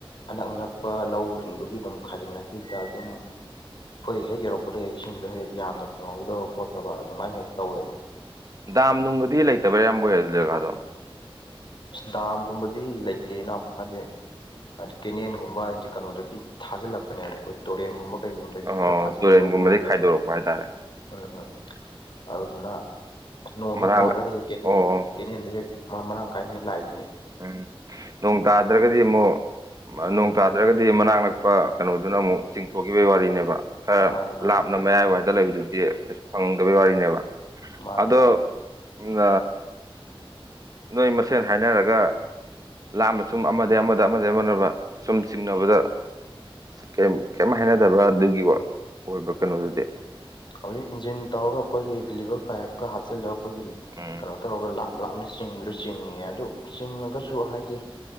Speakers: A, on the left; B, on the right.
A: ꯑꯅꯛ ꯑꯅꯛꯄ ꯂꯧꯖꯤꯡꯗꯨꯒꯤ ꯑꯗꯨꯝ ꯈꯥꯢꯖꯤꯟꯅꯈꯤꯕꯗ ꯑꯗꯨꯝ ꯈꯣꯏ ꯍꯦꯛ ꯌꯧꯔꯛꯄꯗ ꯍꯦꯛ ꯏꯁꯤꯡꯗꯣ ꯍꯦꯛ ꯌꯥꯝꯅ ꯐꯪꯍꯧꯗꯕ ꯈꯣꯠꯇꯕ ꯑꯗꯨꯃꯥꯏꯅ ꯍꯦꯛ ꯇꯧꯋꯦꯕ
B: ꯗꯥꯝ ꯅꯨꯡꯒꯗꯤ ꯂꯩꯇꯕ ꯏꯌꯥꯝꯕ ꯍꯣꯏ ꯑꯗꯨ ꯖꯒꯥꯗꯣ
A: ꯗꯥꯝꯒꯨꯝꯕꯗꯤ ꯂꯩꯇꯦ ꯢꯅꯥꯎ ꯍꯥꯏꯗꯤ ꯍꯥꯏꯗꯤ ꯀꯦꯅꯦꯟꯒꯨꯝꯕ ꯍꯥꯏꯗꯤ ꯀꯩꯅꯣꯗꯒꯤ ꯊꯥꯖꯤꯜꯂꯛꯄꯅꯦꯕ ꯑꯈꯣꯏ ꯇꯣꯔꯦꯟꯒꯨꯝꯕ ꯀꯩꯒꯨꯝꯕꯗꯒꯤ
B: ꯑꯣ
A: ꯈꯔ ꯊꯥꯖꯤꯟꯅꯕꯒꯨꯝꯕ
B: ꯇꯨꯔꯦꯟꯒꯨꯝꯕꯗꯒꯤ
A: ꯀꯩꯒꯨꯝ
B: ꯈꯥꯏꯗꯣꯔꯛꯄ ꯍꯥꯏꯇꯥꯔꯦ
A: ꯎꯝ ꯎꯝ ꯑꯗꯨꯗꯨꯅ ꯅꯣꯡ ꯍꯦꯛ
B: ꯃꯔꯥꯡ
A: ꯇꯥꯔꯒꯗꯤ ꯀꯦꯅꯦꯟ
B: ꯑꯣ
A: ꯀꯦꯅꯦꯟꯗ ꯍꯦꯛ ꯃꯥ ꯃꯔꯥꯡ ꯀꯥꯏꯅ ꯍꯦꯛ ꯂꯥꯢ
B: ꯎꯝ ꯅꯣꯡ ꯇꯥꯗ꯭ꯔꯒꯗꯤ ꯑꯃꯨꯛ
A: ꯎꯝ
B: ꯅꯣꯡ ꯇꯥꯗ꯭ꯔꯒꯗꯤ ꯃꯅꯥꯛ ꯅꯛꯄ ꯀꯩꯅꯣꯗꯨꯅ ꯑꯃꯨꯛ ꯆꯤꯡꯊꯣꯛꯈꯤꯕꯩ ꯋꯥꯔꯤꯅꯦꯕ ꯈꯔ
A: ꯃꯥꯅꯦ ꯃꯥꯅꯦ
B: ꯂꯥꯞꯅ ꯃꯌꯥꯏꯋꯥꯏꯗ ꯂꯩꯕꯗꯨꯗꯤ ꯐꯪꯗꯕꯩ ꯋꯥꯔꯤꯅꯦꯕ
A: ꯃꯥꯅꯦ
B: ꯑꯗꯣ ꯎꯝꯅꯥ ꯅꯣꯏ ꯃꯁꯦꯟ ꯍꯥꯏꯅꯔꯒ ꯂꯥꯞꯅ ꯁꯨꯝ ꯑꯃꯗꯩ ꯑꯃꯗ ꯑꯃꯗꯩ ꯑꯃꯅꯕ ꯁꯨꯝ ꯆꯤꯡꯅꯕꯗ ꯀ꯭ꯌꯝ ꯀ꯭ꯌꯝ ꯍꯥꯏꯅꯗꯕ꯭ꯔꯥ ꯑꯗꯨꯒꯤ ꯑꯣꯏꯕ ꯀꯩꯅꯣꯗꯨꯗꯤ
A: ꯍꯧꯖꯤꯛ ꯏꯟꯖꯤꯟ ꯇꯧꯔꯒ ꯑꯈꯣꯏꯒꯤ ꯗꯤꯂꯤꯚꯔ ꯄꯥꯏꯞꯀ ꯍꯥꯞꯆꯤꯜꯂꯒ ꯑꯈꯣꯏꯒꯤ
B: ꯎꯝ
A: ꯀꯩꯅꯣ ꯇꯧꯔꯒ ꯂꯥꯞ ꯂꯥꯞꯅ ꯆꯤꯡꯕꯤꯗꯣ ꯆꯤꯡꯉꯤ ꯑꯗꯨ ꯆꯤꯡꯉꯒꯁꯨ ꯍꯥꯏꯗꯤ